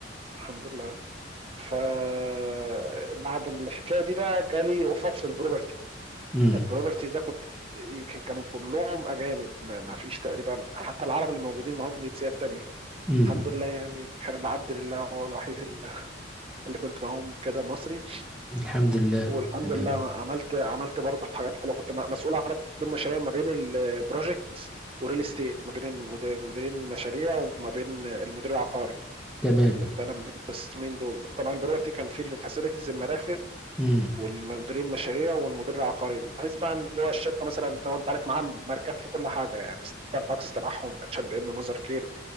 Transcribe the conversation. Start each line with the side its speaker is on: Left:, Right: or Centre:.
Right: فالحمد لله فبعد الحكايه دي بقى جالي اوفر في البروبرتي
Centre: امم
Right: البروبرتي ده كنت يمكن كانوا كلهم اجانب ما ما فيش تقريبا حتى العرب اللي موجودين معاهم جنسيات تانية
Centre: امم
Right: الحمد لله يعني كان العبد لله هو الوحيد اللي اللي كنت معاهم كده مصري
Centre: الحمد لله
Right: والحمد
Centre: تمام
Right: لله ما- عملت عملت برضه حاجات حلوه كنت م- مسؤول عن خدمه تطوير مشاريع ما بين البروجكت والريل استيت ما بين المدير- مديرين المشاريع وما بين المدير العقاري
Centre: تمام
Right: كنت انا من القسمين دول طبعا البروبرتي كان فيه الفاسيلتيز المرافق
Centre: امم
Right: والمديرين المشاريع والمدير العقاري بحيث بقى اللي هو الشركه مثلا بتاع انت عارف معاها ماركات في كل حاجه يعني ستاربكس تبعهم اتش اند ام ماذر كير